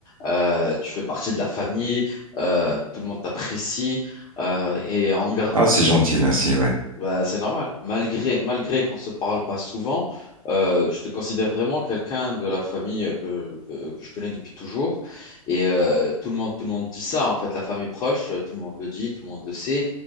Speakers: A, on the left; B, on the right.
A: Euh, tu fais partie de la famille, euh, tout le monde t'apprécie euh, et on garde
B: Ah,
A: le compte.
B: c'est gentil, merci, ouais.
A: Bah, c'est normal. Malgré, malgré qu'on se parle pas souvent, euh, je te considère vraiment quelqu'un de la famille que, que, que je connais depuis toujours. Et euh, tout le monde, tout le monde dit ça, en fait, la famille proche, euh, tout le monde le dit, tout le monde le sait.